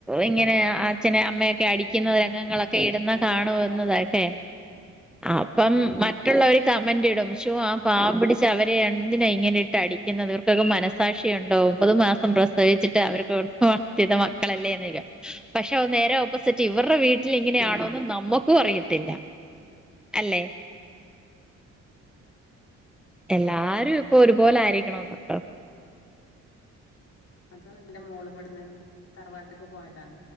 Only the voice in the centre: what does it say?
ഇങ്ങനെ അച്ഛനേ അ അമ്മയൊക്കെ അടിക്കുന്ന
രംഗങ്ങളൊക്കെ ഇടുന്ന
കാണുവുന്ന
താട്ടെ അപ്പം
മറ്റുള്ളവര് കമന്റ് ഇടും ഷോ ആ പാവം പിടിച്ച അവരെ എന്തിനാ ഇങ്ങനെ ഇട്ട് അടിക്കുന്നത് ഇവർക്കൊക്കെ മനസാക്ഷി ഉണ്ടോ ഒമ്പത് മാസം പ്രസവിച്ചിട്ട് അവർക്ക് വളർത്തിനെ മക്കളല്ലേ പക്ഷേ നേരെ ഓപ്പോസിറ്റ് ഇവർടെ വി ഇങ്ങനെയാണോന്ന് നമുക്കും അറിയത്തില്ല അല്ലെ എല്ലാരും ഇപ്പോ ഒരുപോലെ ആയിരിക്കണെന്നുണ്ടോ